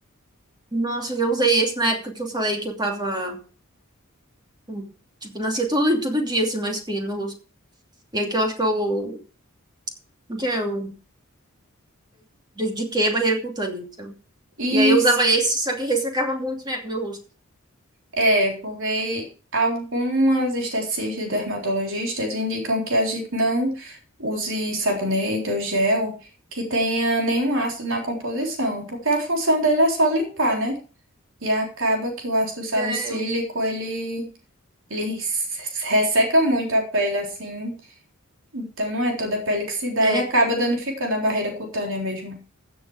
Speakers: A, on the right; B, on the right.
A: Nossa, eu já usei esse na época que eu falei que eu tava. com- Tipo, nascia todo, todo dia, assim, uma espinha no rosto. E aí que eu acho que eu Porque eu dediquei a barreira cutânea. então.
B: E
A: E aí eu usava esse, só que ressecava muito minha- meu rosto.
B: É, porque algumas esteticistas e dermatologistas indicam que a gente não use sabonete ou gel que tenha nenhum ácido na composição, porque a função dele é só limpar, né? E acaba que o ácido salicílico,
A: É, eu,
B: ele, ele res- resseca muito a pele, assim. Então não é toda a pele que se dá
A: é,
B: e acaba danificando a barreira cutânea mesmo.